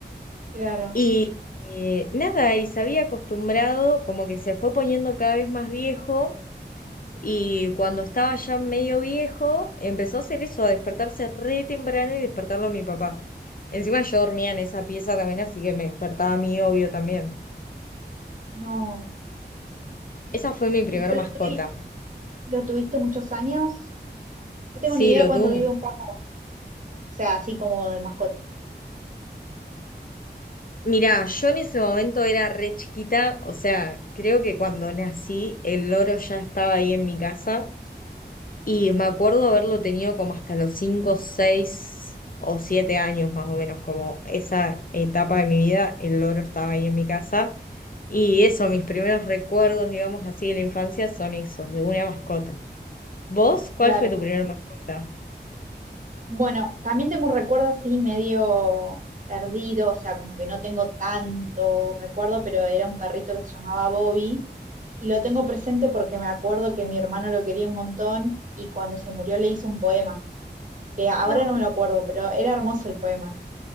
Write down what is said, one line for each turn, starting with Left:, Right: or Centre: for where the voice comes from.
Right: Claro,
Left: Y eh, nada, y se había acostumbrado, como que se fue poniendo cada vez más viejo. Y cuando estaba ya medio viejo, empezó a hacer eso, a despertarse re temprano y despertarlo a mi papá. Encima yo dormía en esa pieza también, así que me despertaba a mí, obvio, también.
Right: no.
Left: Esa fue mi primer
Right: ¿Y con
Left: mascota.
Right: lo, tuvi- lo tuviste muchos años? No tengo
Left: Sí,
Right: ni idea
Left: lo
Right: cuánto
Left: tuve
Right: vive un pájaro, o sea, así como de mascota.
Left: Mirá, yo en ese momento era re chiquita, o sea, creo que cuando nací el loro ya estaba ahí en mi casa y me acuerdo haberlo tenido como hasta los 5, 6 o 7 años más o menos, como esa etapa de mi vida, el loro estaba ahí en mi casa y eso, mis primeros recuerdos, digamos así, de la infancia son esos, de una mascota. ¿Vos cuál
Right: Claro.
Left: fue tu primera mascota?
Right: Bueno, también tengo un recuerdo así medio perdido, o sea, como que no tengo tanto recuerdo, pero era un perrito que se llamaba Bobby y lo tengo presente porque me acuerdo que mi hermano lo quería un montón y cuando se murió le hizo un poema. que ahora
Left: No,
Right: no me lo acuerdo, pero era hermoso el poema.